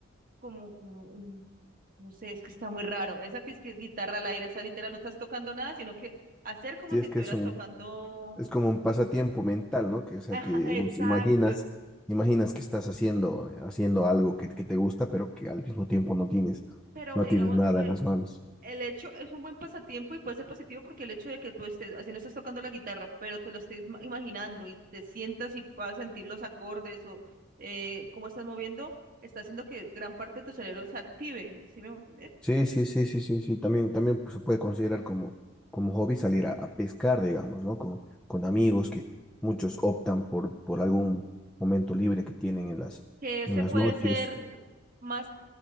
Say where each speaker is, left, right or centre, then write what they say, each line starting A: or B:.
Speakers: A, on the right (about 45°); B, in the centre.
A: como, como un- no sé, es que está muy raro. Esa que es que guitarra al aire, esa literal no estás tocando nada, sino que hacer como
B: Sí,
A: si
B: es
A: estuvieras
B: que es un,
A: tocando.
B: es como un pasatiempo mental, ¿no? Que, o sea,
A: <laughs> Ajá,
B: que
A: exacto.
B: vos imaginas, imaginas que estás haciendo, haciendo algo que, que te gusta, pero que al mismo tiempo no tienes,
A: Pero
B: no
A: digamos
B: tienes nada
A: que
B: en las manos.
A: el hecho es un buen pasatiempo y puede ser positivo porque el hecho de que tú estés, así no estés tocando la guitarra, pero te lo estés ma- imaginando y te sientas y puedas sentir los acordes o eh, cómo estás moviendo, está haciendo que gran parte de tu cerebro se active, ¿sí me voy a entender?
B: Sí, sí, sí, sí, sí, sí. También, también pues, se puede considerar como, como hobby salir a, a pescar, digamos, ¿no? Con, con amigos que muchos
A: Ujú.
B: optan por, por algún momento libre que tienen en las,
A: Que ese
B: en las
A: puede
B: noches.
A: ser más